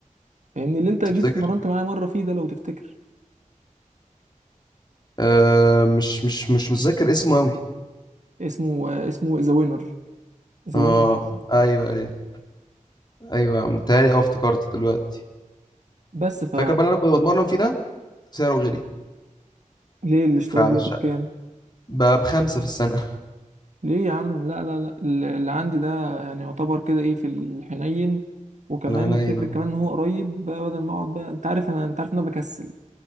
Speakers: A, on the right; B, on the left.
A: فاهمني اللي أنت جيت
B: تفتكر
A: اتمرنت معايا مرة فيه ده لو تفتكر
B: آه مش مش مش متذكر اسمه قوي
A: اسمه آه، اسمه ذا وينر ذا
B: اه
A: وينر جيم
B: ايوه ايوه ايوه متهيألي اه افتكرت دلوقتي
A: بس ف
B: فاكر بقى اللي انا كنت بتمرن فيه ده سعره غلي
A: ليه الاشتراك
B: فمش
A: دلوقتي بكام؟
B: بقى بخمسة في السنة
A: ليه يا عم لا لا لا ال- اللي عندي ده يعني يعتبر كده ايه في الحنين
B: <laughs>
A: وكمان
B: انا هنا
A: الفكرة
B: هنا
A: كمان ان هو قريب بقى بدل ما اقعد بقى انت عارف انا انت عارف ان انا بكسل